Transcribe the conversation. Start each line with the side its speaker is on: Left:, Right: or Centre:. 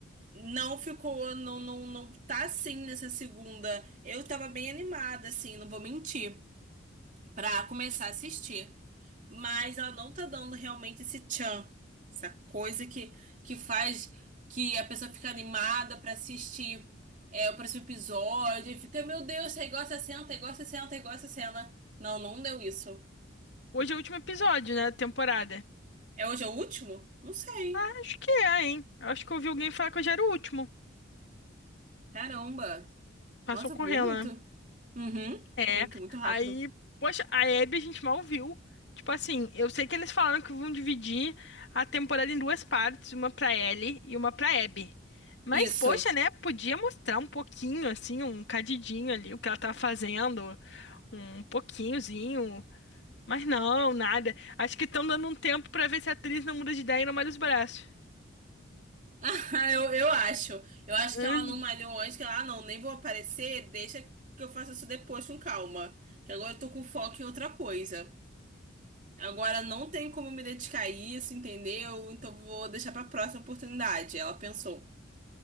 Right: não ficou, não, não, não tá assim nessa segunda. Eu tava bem animada, assim, não vou mentir, pra começar a assistir. Mas ela não tá dando realmente esse tchan, essa coisa que, que faz que a pessoa fica animada pra assistir é, o próximo episódio, e fica, meu Deus, aí gosta, senta, aí gosta, senta, aí gosta, cena. Não, não deu isso.
Left: Hoje é o último episódio, né, da temporada.
Right: É hoje é o último? Não sei.
Left: Acho que é, hein? Eu Acho que eu ouvi alguém falar que hoje era o último.
Right: Caramba.
Left: Passou
Right: Nossa,
Left: correndo,
Right: voou muito.
Left: né?
Right: Uhum.
Left: É,
Right: Muito, muito rápido.
Left: aí, poxa, a Abby a gente mal viu. Tipo assim, eu sei que eles falaram que vão dividir a temporada em duas partes, uma pra Ellie e uma pra Abby. Mas,
Right: Isso.
Left: poxa,
Right: <laughs>
Left: né? Podia mostrar um pouquinho, assim, um cadidinho ali, o que ela tá fazendo, um pouquinhozinho. Mas não, nada. Acho que estão dando um tempo pra ver se a atriz não muda de ideia e não malha os braços.
Right: Ah, eu, eu acho. Eu acho
Left: Hum.
Right: que ela não malhou antes, que ela, ah, não, nem vou aparecer, deixa que eu faça isso depois com calma. Que agora eu tô com foco em outra coisa. Agora não tem como me dedicar a isso, entendeu? Então vou deixar pra próxima oportunidade. Ela pensou.